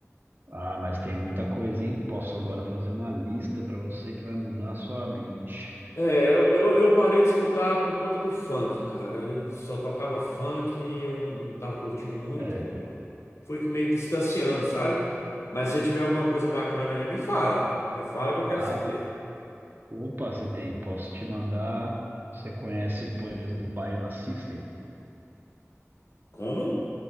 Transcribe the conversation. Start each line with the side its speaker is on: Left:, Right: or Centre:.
Right: Ah, mas tem muita coisa, hein? Posso agora fazer uma lista para você que vai mudar a sua mente.
Left: É, eu, eu eu parei de escutar por conta do funk, cara. Eu só tocava funk e eu não, não tava curtindo muito.
Right: É,
Left: Eu fui que meio distanciando, sabe? Mas se tiver alguma coisa bacana aí, me fala. Me fala que eu quero
Right: ah,
Left: saber.
Right: opa, se tem, posso te mandar. Você conhece, por exemplo, Baiana System?
Left: Como?